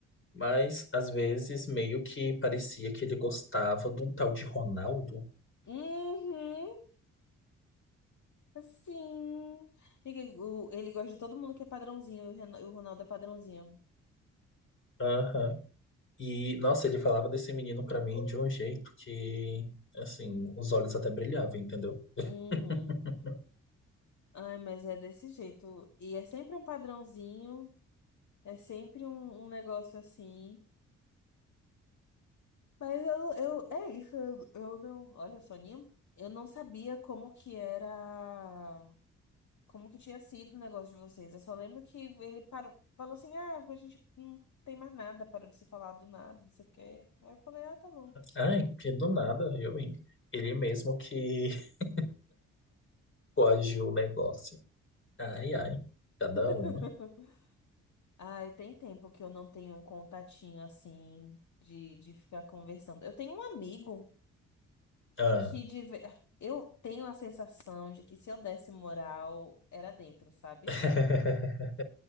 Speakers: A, on the left; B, on the left.
A: mas às vezes meio que parecia que ele gostava de um tal de Ronaldo.
B: Uhum, sim. Ele, o- ele gosta de todo mundo que é padrãozinho, e o Ren- o Ronaldo é padrãozinho.
A: Aham. E, nossa, ele falava desse menino pra mim de um jeito que, assim, os olhos até brilhavam, entendeu? <laughs>
B: Uhum. Ai, mas é desse jeito. E é sempre um padrãozinho, é sempre um, um negócio assim. Mas eu, eu, é isso, eu, eu não. Olha, Soninho, eu não sabia como que era. Como que tinha sido o negócio de vocês. Eu só lembro que ele parou, falou assim: ah, a gente não tem mais nada, parou de se falar do nada, não sei o quê. Aí eu falei: ah, tá bom.
A: Ai, que do nada, viu, hein? Ele mesmo que <laughs> coagiu o negócio. Ai, ai, cada
B: <laughs>
A: uma.
B: Ai, tem tempo que eu não tenho um contatinho assim de, de ficar conversando. Eu tenho um amigo.
A: Ah.
B: que de ver- eu tenho a sensação de que se eu desse moral era dentro, sabe?
A: <laughs>